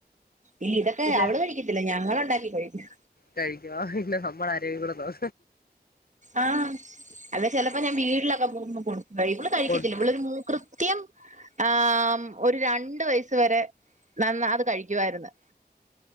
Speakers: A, on the right; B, on the left.
A: ഇല്ല ഇതൊക്കെ
B: പിന്നെ
A: അവള് കഴിക്കത്തില്ല ഞങ്ങളൊണ്ടാക്കി കഴിക്കും,
B: കഴിക്കോ പിന്നെ നമ്മള ആരോഗ്യം കൂടെ നോ
A: ആഹ്, അല്ല ചിലപ്പോ ഞാൻ വീടിലൊക്കെ പോവുമ്പോ കൊടുക്ക ഇവള് കഴിക്കത്തില്ല
B: കൊടുക്കും
A: ഇവിളൊരു മൂക്കൃ ത്യം ആം ഒരു രണ്ട് വയസ് വരെ, നന്ന അത് കഴിക്കുവായിരുന്നു,